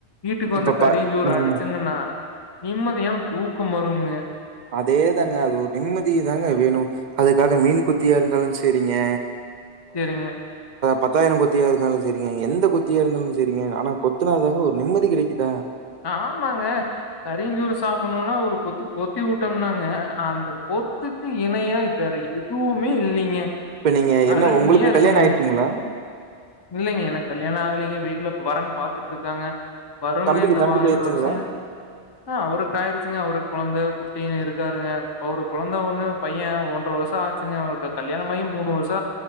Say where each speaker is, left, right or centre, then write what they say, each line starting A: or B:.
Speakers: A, on the left (about 30°); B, on the right (about 55°).
A: வீட்டுக்கு
B: இப்ப
A: வந்து கறியுஞ்சோறு
B: பா ம்.
A: அடிச்சுங்கன்னா நிம்மதியான தூக்கம் வருமுங்க
B: அதே தாங்க அது ஒரு நிம்மதியதாங்க வேணு அதுக்காக மீன் குத்தியா இருந்தாலு சரிங்க
A: சரிங்க
B: பத்தாயிர கொத்தியா இருந்தாலு சரிங்க எந்த கொத்தியா இருந்தாலு சரிங்க ஆனா கொத்தனார்தாங்க ஒரு நிம்மதி கிடைக்குதா
A: ஆமாங்க கரியுஞ்சோறு சாப்பணும்னா ஒரு கொத்து கொத்தி விட்டோம்னாங்க அந்த பொத்துக்கு இணையா வேற எதுவுமே இல்லைங்க
B: இப்ப நீங்க என்ன
A: அருமையா
B: உங்களுக்கு
A: இருக்குமுங்க
B: கல்யாணம் ஆயிடுச்சுங்களா?
A: இல்லைங்க என கல்யாணம் ஆகலங்க வீட்ல வரன் பாத்துட்ருக்காங்க வருங்க
B: தம்பிக்கு
A: இந்த
B: தம்பிக்கு
A: வா
B: ஆயிடுச்சுங்களா?
A: இந்த வருஷங்க அவருக்கு ஆயிருச்சுங்க அவரு கொழந்தை குட்டின்னு இருக்கு இருக்காருங்க ஒரு கொழந்த ஒண்ணு பைய ஒன்ரை வருஷ ஆச்சுங்க அவளுக்கு கல்யாணம்மாயி மூணு வருஷ